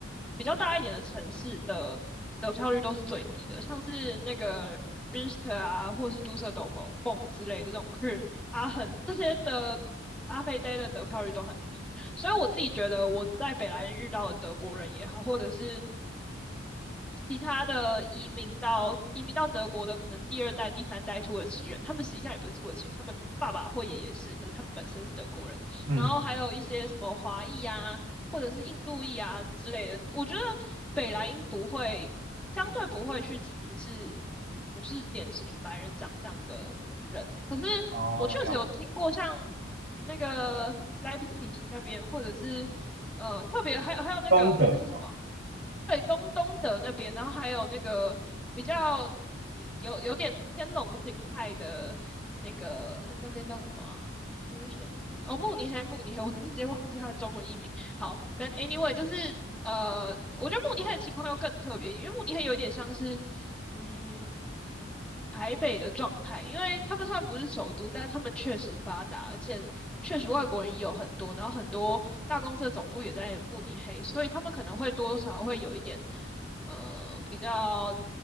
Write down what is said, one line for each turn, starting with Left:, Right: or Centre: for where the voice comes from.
Centre: 比较大一点的城市的。得票率都是最低的，像是那个 Minster 啊，或者是 Düsseldorf、Bonn 之类的这种 Köln、阿恒这些的阿飞 Day 的得票率都很低，所以我自己觉得我在北莱茵遇到的德国人也好，或者是其他的移民到移民到德国的，可能第二代、第三代土耳其人，他们实际上也不是土耳其人，他们爸爸或爷爷是，可是他们本身是德国人。
Right: 嗯，
Centre: 然后还有一些什么华裔啊，
Right: 嗯
Centre: 或者是印度裔啊之类的。我觉得北莱茵不会，相对不会去歧视不是典型白人长相的人。可是
Right: 哦，
Centre: 我确实有听过像
Right: 了
Centre: 那个莱比锡那边，或者是呃特别还有还有那个那个是什么？
Right: 东德嘛，
Centre: 对，东东德那边，然后还有那个比较，嗯，有有点天龙心态的那个，嗯那边叫什么啊？明显哦，慕尼黑，慕尼黑，我瞬间忘记它的中文译名。好，但 anyway，就是呃，我觉得慕尼黑的情况又更特别，因为慕尼黑有点像是，嗯。台北的状态，因为他们虽然不是首都，但他们确实发达，而且确实外国人也有很多，然后很多大公司的总部也在慕尼黑，所以他们可能会多多少少会有一点呃比较